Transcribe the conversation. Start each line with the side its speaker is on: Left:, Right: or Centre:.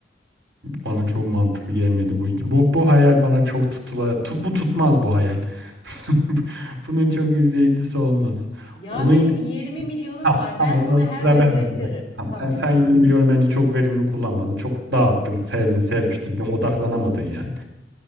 Right: Bana çok mantıklı gelmedi bu. Bu bu hayal bana çok tutula tu- bu tutmaz bu hayal. <laughs> Bunun çok izleyicisi olmaz.
Left: Ya
Right: Onun
Left: benim 20 milyonum
Right: Tamam,
Left: var. Ben
Right: tamam o zaman
Left: bunu
Right: sıra
Left: her türlü
Right: bende
Left: izlettiririm.
Right: bırak. Tamam.
Left: Tabii.
Right: sen sen 20 milyon bence çok verimli kullanmadın. Çok dağıttın, serdin, serpiştirdin, odaklanamadın yani.